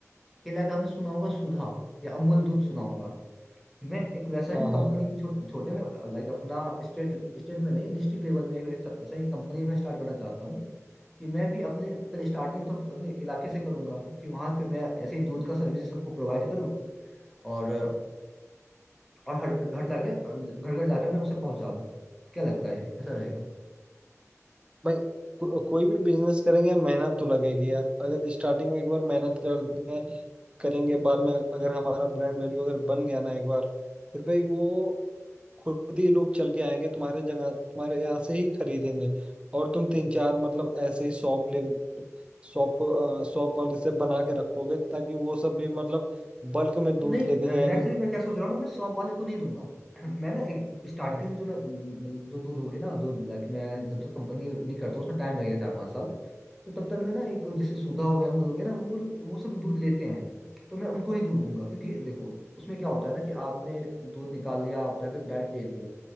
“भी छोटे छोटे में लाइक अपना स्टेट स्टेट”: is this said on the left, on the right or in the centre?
Centre